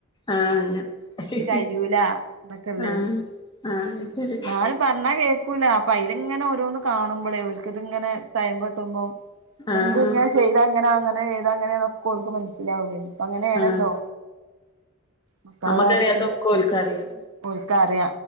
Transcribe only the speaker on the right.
നെറ്റ് കയ്യൂല ന്നക്കള്ളര്
ന്നാലും പറഞ്ഞാ കേക്കൂല്ല അപ്പയിന്ങ്ങനെ ഓരോന്ന് കാണുമ്പളേ ഒൽക്ക്ത്ങ്ങനെ തയംമ്പൊട്ട്മ്പോ
എന്ത് ഞ് അങ്ങനെ ചെയ്താ ങ്ങനാകു അങ്ങനെ ചെയ്താ ഇങ്ങനെക്കെ ഓൽക്ക് മനസ്സിലാവും വേഗം പ്പ അങ്ങനെണല്ലോ
മക്കളെ
കാര്യത്തില്
ഒൽക്ക അറിയ